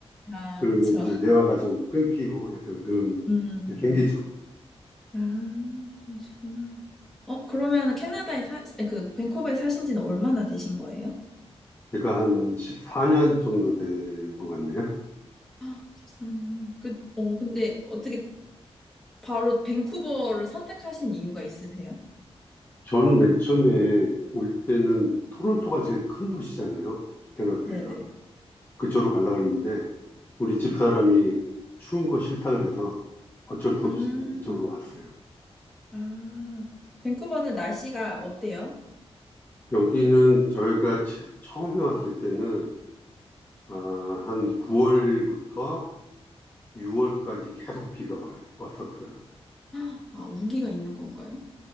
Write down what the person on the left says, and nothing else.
그러면
이제 대화가 좀 끊기고 약간 그런
게 생기죠.
제가 한 14년 정도 된 것 같네요.
저는 맨 처음에 올 때는 토론토가 제일 큰 도시잖아요. 캐나다에서.
그쪽으로 가려고 했는데 우리 집사람이
추운 거 싫다 그래서 어쩔 수
없이 이쪽으로 왔어요.
여기는 저희가 처- 처음에 왔을 때는 아, 한 9월부터 6월까지 계속 비가 와요. 왔었어요.